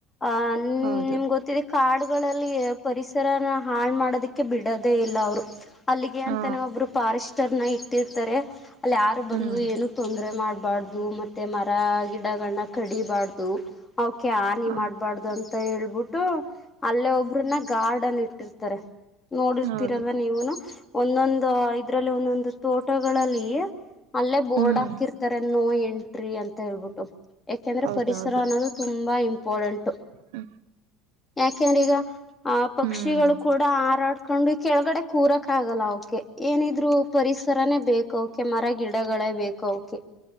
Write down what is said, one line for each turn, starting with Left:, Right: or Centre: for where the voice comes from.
Left: ಅಹ ನಿ
Right: ಹೌದು
Left: ನಿಮ್ಗೆ ಗೊತ್ತಿದೆ ಕಾಡ್ ಗಳಲ್ಲಿ ಪರಿಸರನ ಹಾಳ ಮಾಡೋದಕ್ಕೆ ಬಿಡೋದೇ ಇಲ್ಲ ಅವರು ಅಲ್ಲಿಗೆ
Right: ಹಾ
Left: ಅಂತಾನ ಒಬ್ಬರು ಫಾರೆಸ್್ಟರ್ ನ ಇಟ್ಟಿರ್ತಾರೆ ಅಲ್ಲಿ ಯಾರು ಬಂದು
Right: ಹ್ಮ್
Left: ಏನು ತೊಂದ್ರರೆ ಮಾಡ್ಬು ಬಾರ್ದು ಮತ್ತೆ ಮರ ಗಿಡಗಳನ್ನ ಕಡಿಬಾರ್ದು ಕೆ ಆ ನೀ
Right: ಹ
Left: ಮಾಡ್ಬಾರ್ದು ಅಂತ ಹ ಹೇಳಬ ಬಿಟ್ಟು ಅಲ್ಲೇ ಒಬ್ರನ್ನ ಗಾರ್ಡನ್ ಇಟ್ಟಿರ್ತಾರೆ ನೋಡಿರ್ತೀರಲ್ಲ
Right: ಹೌದು
Left: ನೀವುನು ಒಂದೊಂದು ಇದ್ರಲ್ಲಿ ಒಂದೊಂದು ತೋಟಗಳಲ್ಲಿ ಅಲ್ಲೇ ಬೋರ್ಡ್
Right: ಹ್ಮ್
Left: ಹಾಕಿರ್ತಾರೆ ನೋ ಎಂಟ್ರಿ ಅಂತ ಹೇಳ್ಬಿಟ್ಟು ಯಾಕೆಂದ್ರೆ
Right: ಹೌದೌದು
Left: ಪರಿಸರ ಅನ್ನೋದು ತುಂಬಾ ಇಂಪಾರಡೆಂಟ್ು
Right: ಹ್ಮ್
Left: ಯಾಕೆಂದ್ರೆ ಈಗ ಆ ಪಕ್ಷಿಗಳು
Right: ಹ್ಮ್
Left: ಕೂಡ ಆರಾಡ್ ಕಕೊಂಡು ಕೆಳಗಡೆ ಕೂರಕ್ ಆಗಲ್ಲ ಅವಕೆ ಏನಿದ್ರು ಪರಿಸರನೇ ಬೇಕ ಅವೆ ಮರ ಗಿಡಗಳೇ ಬೇಕು ಅವಕೆ